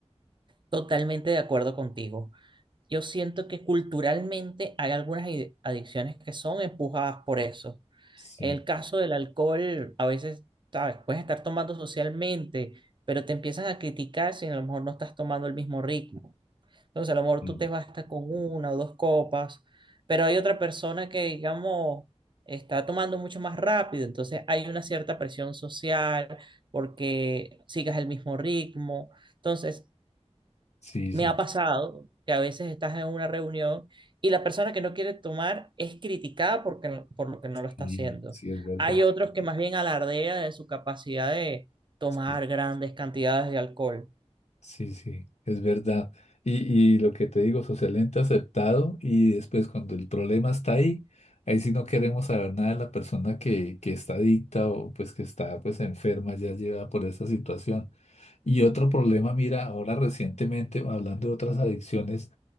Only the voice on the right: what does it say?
Totalmente de acuerdo contigo. Yo siento que culturalmente hay algunas ide- adicciones que son empujadas por eso.
El caso del alcohol, a veces, sabes, puedes estar tomando socialmente, pero te empiezan a criticar si a lo mejor no estás tomando el mismo ritmo. Entonces, a lo mejor
tú te basta con una o dos copas, pero hay otra persona que, digamos, está tomando mucho más rápido. Entonces, hay una cierta presión social porque sigas el mismo ritmo. Entonces,
me
ha pasado que a veces estás en una reunión y la persona que no quiere tomar es criticada porque, no- por lo que no lo está
haciendo.
Hay otros que más bien alardean de su capacidad de tomar
grandes cantidades de alcohol.